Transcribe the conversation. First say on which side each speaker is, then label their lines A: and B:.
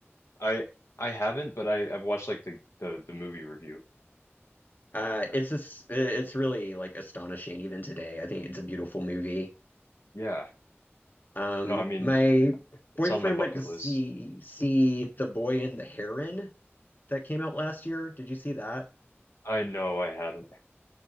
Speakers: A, on the left (about 80°); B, on the left (about 45°).
A: I I haven't, but I I've watched like the the the movie review.
B: Uh,
A: Right.
B: it's just, it's really like astonishing even today. I think it's a beautiful movie.
A: Yeah.
B: Um,
A: No, I mean
B: my
A: it's
B: boyfriend
A: on my bucket
B: went to see
A: list.
B: see The Boy and the Heron that came out last year. Did you see that?
A: I know I haven't.